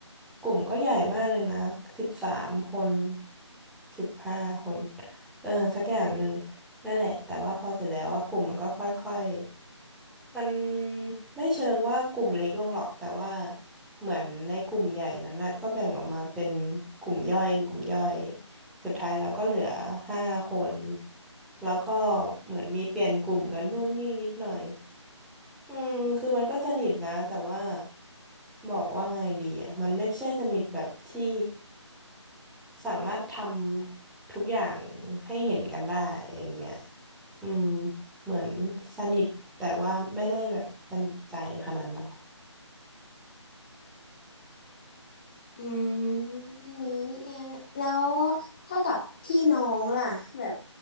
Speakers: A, in the centre; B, on the left (about 20°).
A: กลุ่มก็ใหญ่มากเลยนะสิบสามคนสิบห้าคนเออสักอย่างหนึ่งนั่นแหละแต่ว่าพอเสร็จแล้วว่ากลุ่มมันก็ค่อยๆมันไม่เชิงว่ากลุ่มเล็กลงหรอกแต่ว่าเหมือนในกลุ่มใหญ่นั้นนะก็แบ่งออกมาเป็นกลุ่มย่อยกลุ่มย่อย สุดท้ายเราก็เหลือห้าคนแล้วก็เหมือนมีเปลี่ยนกลุ่มกันนู่นนี่นิดหน่อยอืมคือมันก็สนิทนะแต่ว่าบอกว่าไงดีอ่ะมันไม่ใช่สนิทแบบที่สามารถทำทุกอย่างให้เห็นกันได้อย่างเงี้ยอืมเหมือนสนิทแต่ว่าไม่ได้แบบสนิทใจขนาดนั้น
B: อืมนี้นี่เองแล้วถ้ากับพี่น้องล่ะแบบ